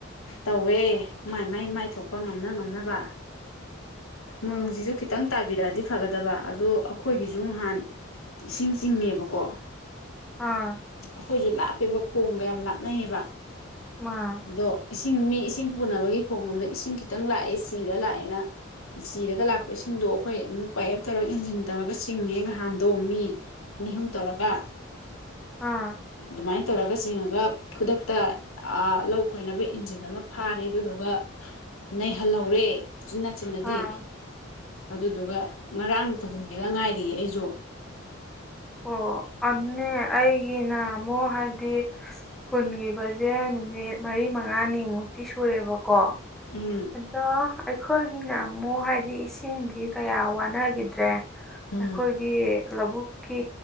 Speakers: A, on the left; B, in the centre.
A: ꯇꯧꯋꯦ ꯃꯥꯏ ꯃꯥꯏ ꯃꯥꯏ ꯊꯣꯛꯄ ꯉꯝꯅ ꯉꯝꯅꯕ ꯅꯣꯡꯖꯤꯖꯨ
B: ꯑꯥ
A: ꯈꯤꯇꯪ ꯇꯥꯕꯤꯔꯛꯑꯗꯤ ꯐꯒꯗꯕ ꯑꯗꯣ ꯑꯈꯣꯏꯒꯤꯖꯨ ꯉꯍꯥꯟ ꯏꯁꯤꯡ ꯆꯤꯡꯉꯦꯕꯀꯣ
B: ꯑꯥ
A: ꯑꯈꯣꯏꯖꯨ ꯂꯥꯞꯄꯦꯕ ꯈꯣꯡꯒꯥ ꯌꯥꯝ ꯂꯥꯞꯅꯩꯑꯕ
B: ꯃꯥ
A: ꯑꯗꯣ ꯏꯁꯤꯡ ꯃꯤ ꯏꯁꯤꯡ ꯄꯨꯅꯕꯒꯤ ꯈꯣꯡꯂꯣꯝꯗ ꯏꯁꯤꯡ ꯈꯤꯇꯪ ꯂꯥꯛꯑꯦ ꯆꯤꯔ ꯂꯥꯛꯑꯦꯅ ꯆꯤꯔꯒ ꯂꯥꯛꯄ ꯏꯁꯤꯡꯗꯣ ꯑꯈꯣꯏ ꯑꯃꯨꯛ ꯄꯥꯏꯌꯦꯞ ꯇꯧꯔ ꯏꯟꯖꯤꯟ ꯇꯧꯔꯒ ꯆꯤꯡꯉꯦ ꯉꯍꯥꯟꯗꯣ ꯃꯤ ꯑꯅꯤ ꯑꯍꯨꯝ ꯇꯧꯔꯒ
B: ꯑꯥ
A: ꯑꯗꯨꯃꯥꯏꯟ ꯇꯧꯔꯒ ꯆꯤꯡꯉꯒ ꯈꯨꯗꯛꯇꯥ ꯑꯥ ꯂꯧ ꯈꯣꯏꯅꯕ ꯏꯟꯖꯤꯟ ꯑꯃ ꯐꯥꯔꯦ ꯑꯗꯨꯗꯨꯒ ꯅꯩꯍꯜꯍꯧꯔꯦ ꯎꯆꯤꯟ ꯅꯆꯤꯟꯅꯗꯤ
B: ꯑꯥ
A: ꯑꯗꯨꯗꯨꯒ ꯉꯔꯥꯡꯇ ꯍꯨꯟꯒꯤꯗ ꯉꯥꯏꯔꯤ ꯑꯩꯖꯨ
B: ꯑꯣ ꯑꯗꯨꯅꯦ ꯑꯩꯒꯤꯅ ꯑꯃꯨꯛ ꯍꯥꯏꯗꯤ ꯍꯨꯟꯒꯤꯕꯖꯦ ꯅꯨꯃꯤꯠ ꯃꯔꯤ ꯃꯉꯥꯅꯤꯃꯨꯛꯇꯤ ꯁꯨꯔꯦꯕꯀꯣ
A: ꯎꯝ
B: ꯑꯗꯣ ꯑꯩꯈꯣꯏꯒꯤꯅ ꯑꯃꯨꯛ ꯍꯥꯏꯗꯤ ꯏꯁꯤꯡꯗꯤ ꯀꯌꯥ ꯋꯥꯅꯒꯤꯗ꯭ꯔꯦ
A: ꯎꯝ
B: ꯑꯩꯈꯣꯏꯒꯤ ꯂꯧꯕꯨꯛꯀꯤ